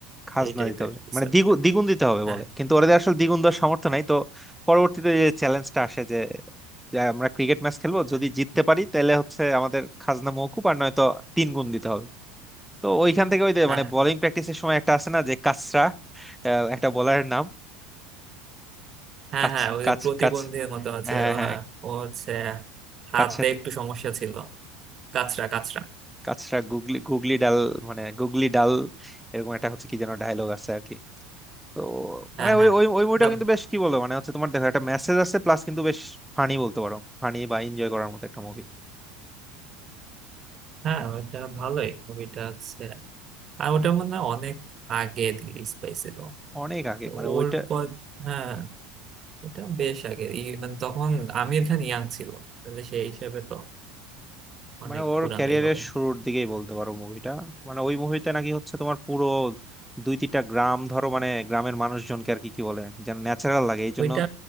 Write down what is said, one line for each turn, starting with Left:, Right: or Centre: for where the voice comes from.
Centre: খাজনা
Right: এই টাইপের
Centre: দিতে হবে
Right: কিছু
Centre: মানে
Right: একটা
Centre: দ্বিগুণ দ্বিগুণ দিতে হবে
Right: হ্যাঁ
Centre: বলে কিন্তু ওদের আসলে দ্বিগুণ দেওয়ার সামর্থ্য নাই তো পরবর্তীতে যে চ্যালেঞ্জটা আসে যে যে আমরা ক্রিকেট ম্যাচ খেলবো
Right: হ্যাঁ
Centre: যদি জিততে পারি তাহলে হচ্ছে আমাদের খাজনা মওকুফ আর নয়তো তিন গুণ দিতে হবে তো ওইখান থেকে ওই যে
Right: হ্যাঁ
Centre: মানে বোলিং প্র্যাকটিসের সময় একটা আছে না যে কাচরা আহ, একটা বোলারের নাম
Right: হ্যাঁ
Centre: কাচ
Right: হ্যাঁ, ওই
Centre: কাচ
Right: যে প্রতিবন্ধীর
Centre: কাচ
Right: মতো হচ্ছে
Centre: হ্যাঁ হ্যাঁ
Right: হ্যাঁ ও হচ্ছে হাতে
Centre: কাছের
Right: একটু সমস্যা ছিল কাঁচরা কাঁচরা
Centre: কাচরা গুগলি গুগলি ডাল মানে গুগলি ডাল এরকম একটা হচ্ছে কি যেন ডায়লগ আছে আর কি তো
Right: হ্যাঁ
Centre: মানে ওই
Right: হ্যাঁ
Centre: ওই ওই মুভিটা
Right: না
Centre: কিন্তু বেশ কি বলবো মানে হচ্ছে তোমার দেখো একটা মেসেজ আছে প্লাস কিন্তু বেশ ফানি বলতে পারো ফানি বা এনজয় করার মতো একটা মুভি
Right: হ্যাঁ ওইটা ভালোই মুভিটা হচ্ছে আর ওটা মনে হয় অনেক আগে রিলিজ পাইছিল
Centre: অনেক আগে
Right: তো
Centre: মানে
Right: ওর
Centre: ওইটা
Right: পর হ্যাঁ এটা বেশ আগের এই মানে তখন আমির খান ইয়াং ছিল তাহলে সেই হিসেবে তো অনেক
Centre: মানে ওর
Right: পুরানোই
Centre: ক্যারিয়ারের
Right: হবে
Centre: শুরুর দিকেই বলতে পারো মুভিটা মানে ওই মুভিতে নাকি হচ্ছে তোমার পুরো দুই তিনটা গ্রাম ধরো মানে গ্রামের মানুষজনকে আর কি কি বলে যেন ন্যাচারাল লাগে এই জন্য
Right: ওইটা